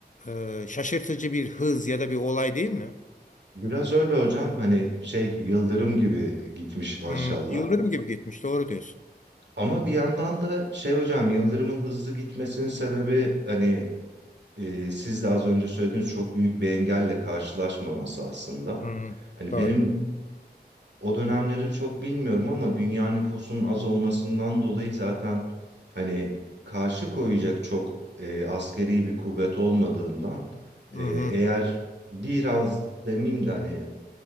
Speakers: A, on the left; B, on the right.
A: e, şaşırtıcı bir hız ya da bir olay değil mi?
B: Biraz öyle hocam hani şey yıldırım gibi gitmiş maşallah.
A: Hmm, yıldırım gibi gitmiş doğru diyorsun.
B: Ama bir yandan da şey hocam yıldırımın hızlı gitmesinin sebebi hani e, siz de az önce söylediğiniz çok büyük bir engelle karşılaşmaması aslında.
A: Hmm,
B: Hani
A: doğru.
B: benim O dönemleri çok bilmiyorum ama dünya nüfusunun az olmasından dolayı zaten hani karşı koyacak çok e, askeri bir kuvvet olmadığından e,
A: Hı hı,
B: eğer biraz demeyeyim de hani